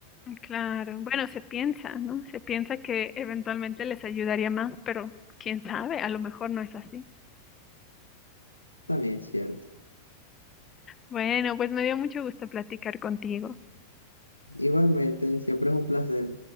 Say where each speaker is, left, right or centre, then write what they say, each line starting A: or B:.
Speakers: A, on the left; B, on the left.
A: Claro, bueno, se piensa, ¿no? Se piensa que eventualmente les ayudaría más, pero quién sabe, a lo mejor no es así.
B: también es cierto.
A: Bueno, pues me dio mucho gusto platicar contigo.
B: Igualmente, siempre es un placer.